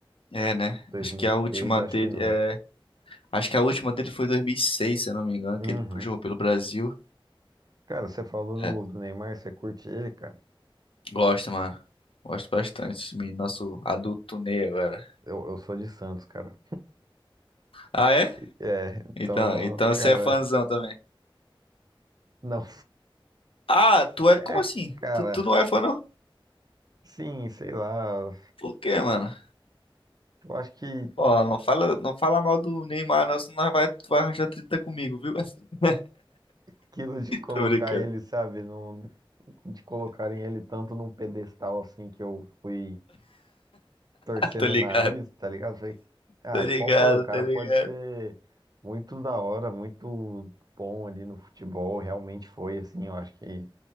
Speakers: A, on the left; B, on the right.
A: É, né?
B: 2013,
A: Acho que a última dele,
B: acho que não.
A: é, acho que a última dele foi em 2006, se eu não me engano,
B: Uhum.
A: que ele jogou pelo Brasil.
B: Cara, você falou
A: É,
B: do, do Neymar, você curte ele, cara?
A: gosto, mano. Gosto bastante. desse menino, Nosso adulto Ney agora.
B: Eu, eu sou de Santos, cara.
A: Ah, é?
B: É, então,
A: Então, então
B: cara,
A: você é fãzão também.
B: não.
A: Ah, tu é.
B: É,
A: Como assim?
B: cara,
A: Tu, tu não é fã, não?
B: sim, sei lá.
A: Por quê, mano?
B: Eu acho que
A: Ó, não fala, não fala mal do Neymar, não, senão vai, tu vai arranjar treta comigo, viu? <laughs>
B: aquilo de colocar
A: Tô brincando.
B: ele, sabe, num- de colocarem ele tanto num pedestal assim que eu fui torcendo
A: Tô ligado.
B: o nariz, tá ligado? Falei, ah,
A: Tá ligado,
B: qual foi? O cara
A: tá ligado.
B: pode ser muito da hora, muito bom ali no futebol, realmente foi assim. Eu acho que